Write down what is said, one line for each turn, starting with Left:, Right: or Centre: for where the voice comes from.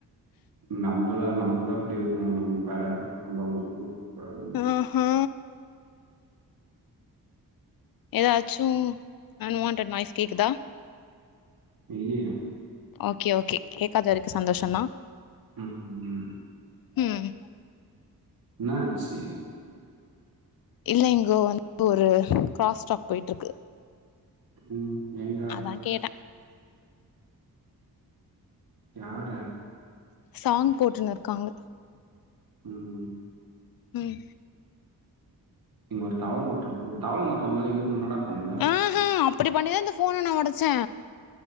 Right: நம்மதா நம்மதா இப்டி இருக்கனு நம் வேற இக்க நம்ம அவுங்க போகவே கூடாதுன்னு
Left: ஆஹா ஏதாச்சு அன்வான்டட் நாய்ஸ் கேக்குதா
Right: இல்லையே
Left: ஓகே ஓகே கேக்காத வரைக்கு சந்தோஷந்தா
Right: ம் ம்
Left: ம்
Right: என்னாச்சி
Left: இல்லங்கோ வந்து ஒரு கிராஸ் ஸ்டாக் போய்ட்ருக்கு
Right: ம் எங்க
Left: ஆ கேட்ட
Right: யார்ர
Left: சாங் போட்டுனுருக்காங்க
Right: ம்
Left: ம்
Right: இங்க ஒரு தவளங்கோட்டா போது தவளங்கோட்டா உ மேல எகுறுனுனா என்னடா பண்ணுவ
Left: ஆஹா அப்டி பண்ணிதா இந்த ஃபோன நா ஒடச்சே